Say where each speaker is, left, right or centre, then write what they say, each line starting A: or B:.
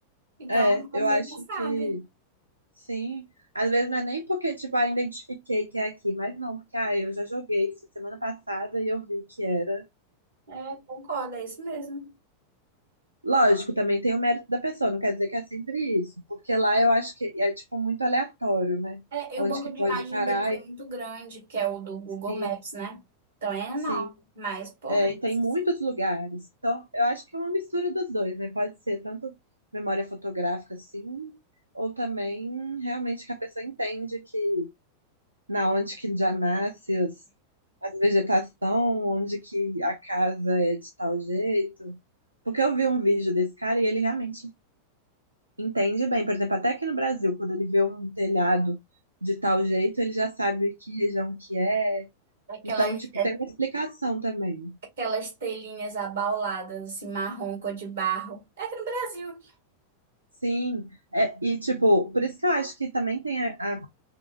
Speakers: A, on the right; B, on the right.
A: Então,
B: É,
A: não
B: eu
A: vê
B: acho
A: o sabe.
B: que sim. Às vezes não é nem porque, tipo, ah, identifiquei que é aqui, mas não, porque ah, eu já joguei isso semana passada e eu vi que era.
A: É, concordo, é isso mesmo.
B: Lógico, também tem o mérito da pessoa, não quer dizer que é sempre isso, porque lá eu acho que é tipo muito aleatório, né?
A: É, e
B: Onde
A: o banco
B: que
A: de
B: pode
A: imagem
B: parar
A: deles é
B: e
A: muito grande, que é o do Google
B: sim,
A: Maps, né? Então é enorme,
B: sim,
A: mas pouco,
B: é, e tem
A: Sim.
B: muitos lugares. Então, eu acho que é uma mistura dos dois, né? Pode ser tanto memória fotográfica assim, ou também realmente que a pessoa entende que na onde que já nasce as, as vegetação, onde que a casa é de tal jeito. Porque eu vi um vídeo desse cara e ele realmente Entende bem, por exemplo, até aqui no Brasil, quando ele vê um telhado de tal jeito, ele já sabe que região que é.
A: Aquelas,
B: Então, tipo,
A: é-
B: tem uma explicação também.
A: aquelas telhinhas abauladas, assim, marrom, cor de barro. É aqui no Brasil.
B: Sim, é, e tipo, por isso que eu acho que também tem a- a-